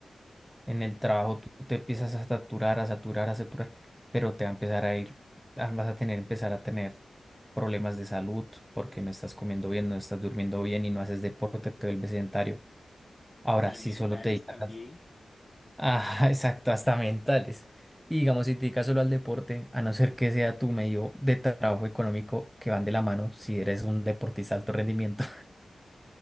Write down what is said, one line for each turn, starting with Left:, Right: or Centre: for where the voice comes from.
Centre: En el trabajo tú te empiezas a saturar, a saturar, a saturar, pero te va a empezar a ir, ah, vas a tener, empezar a tener problemas de salud porque no estás comiendo bien, no estás durmiendo bien y no haces deporte, te vuelves sedentario. Ahora,
Left: Y
Centre: si
Left: mentales
Centre: solo te dedicas
Left: también.
Centre: al... Ah, <laughs> exacto, hasta mentales. Y digamos, si te dedicas solo al deporte, a no ser que sea tu medio de trabajo económico que van de la mano, si eres un deportista de alto rendimiento,